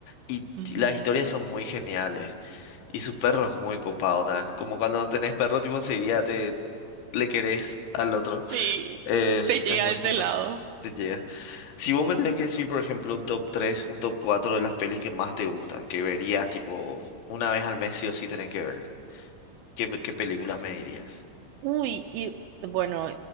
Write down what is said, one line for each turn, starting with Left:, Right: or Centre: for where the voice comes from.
Left: y
Right: Ujú.
Left: t- las historias son muy geniales y su perro es muy copado también, como cuando tenés perro tipo enseguida te le querés al otro,
Right: Sí.
Left: es,
Right: Te llega
Left: es Sí. muy
Right: a ese
Left: simpático,
Right: lado.
Left: te llega. Si vos me tenés que decir, por ejemplo, un top 3, un top 4 de las pelis que más te gustan, que verías tipo una vez al mes sí o sí tenés que ver, ¿qué, me- qué películas me dirías?
Right: Uy, y bueno,